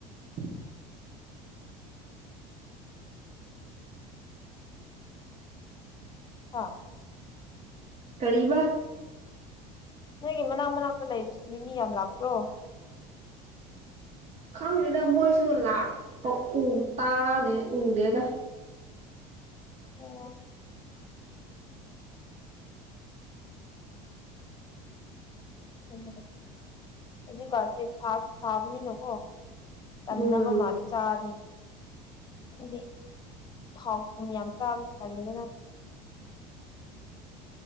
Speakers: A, on the right; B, on the left.
A: <inaudible>
B: ꯍꯥꯥ
A: ꯀꯔꯤꯕ
B: ꯅꯣꯏꯒꯤ ꯃꯅꯥꯛ ꯃꯅꯥꯛꯇ ꯂꯩꯕꯁꯤ ꯃꯤ ꯃꯤ ꯌꯥꯝ ꯂꯥꯛꯄ꯭ꯔꯣ
A: ꯈꯪꯗꯦꯗ ꯃꯣꯏꯁꯨ ꯂꯥꯛꯎ ꯇꯥꯅꯤ ꯎꯗꯦꯗ
B: ꯑꯣ ꯎꯝ ꯑꯗꯨꯖꯤꯀꯗꯤ ꯁꯥꯕꯅꯤꯅꯀꯣ ꯇꯟꯅꯕ
A: ꯎꯝ
B: ꯃꯅꯤ ꯆꯥꯗꯤ ꯑꯗꯤ ꯊꯥꯎ ꯊꯨꯝ ꯌꯥꯝ ꯆꯥ ꯇꯜꯂꯒꯅ
A: <inaudible>